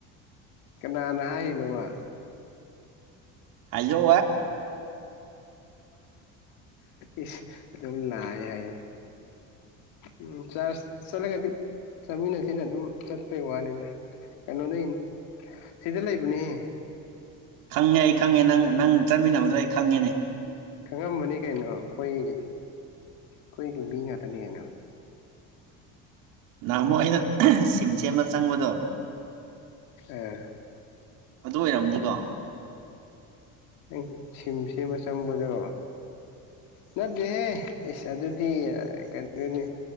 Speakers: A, on the left (about 80°); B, on the right (about 65°).
A: ꯀꯅꯥ ꯍꯥꯏ ꯅꯣꯕꯥ
B: ꯑꯌꯣ
A: ꯏꯁ ꯑꯗꯨꯝ ꯂꯑ ꯍꯥꯏ ꯎꯝ ꯆꯥꯔꯖ ꯆꯠꯂꯒꯗꯤ ꯆꯥꯃꯤꯟꯅꯁꯤꯅ ꯑꯗꯨꯝ ꯆꯠꯄꯩ ꯋꯥꯅꯤꯗ ꯀꯩꯅꯣ ꯂꯩꯅꯤ ꯁꯤꯗ ꯂꯩꯕꯅꯦꯍ
B: ꯈꯪꯉꯦ ꯑꯩ ꯈꯪꯉꯦ ꯅꯪ ꯅꯪ ꯆꯠꯃꯤꯟꯅꯕꯗꯣ ꯑꯩ ꯈꯪꯉꯦꯅꯦ
A: ꯈꯪꯉꯝꯃꯅꯤ ꯀꯩꯅꯣ ꯑꯩꯈꯣꯏ ꯑꯩꯈꯣꯏꯒꯤ ꯃꯤ ꯉꯥꯛꯇꯅꯤ ꯀꯩꯅꯣ
B: ꯅꯍꯥꯃꯣ ꯑꯩꯅ ꯁꯤꯝ ꯁꯦꯝꯕ ꯆꯪꯕꯗꯣ
A: ꯎꯝ
B: ꯑꯗꯨ ꯑꯣꯏꯔꯝꯅꯤꯀꯣ
A: ꯎ ꯁꯤ ꯁꯤꯃ ꯆꯪꯕꯗꯣ ꯅꯗꯍꯦ ꯏꯁ ꯑꯗꯨꯗꯤ ꯀꯩꯅꯅꯤ